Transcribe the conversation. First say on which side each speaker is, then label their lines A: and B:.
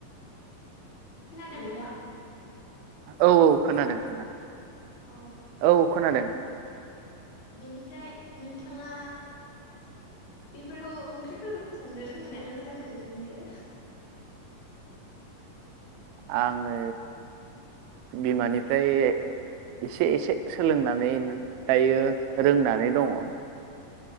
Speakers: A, on the left; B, on the right.
A: खोनादों दा
B: औ औ खोनादों खोनादों
A: अ
B: औ खोनादों।
A: बेनिफ्राय नोंथाङा बेफोरखौ ओंख्रिफोरखौ संनो रोंङोन ना रोंजाखो होनदो।
B: <inaudible> आङो बिमानिफ्राय एसे एसे सोलोंनानै दायो
A: औ
B: रोंनानै दङ' ।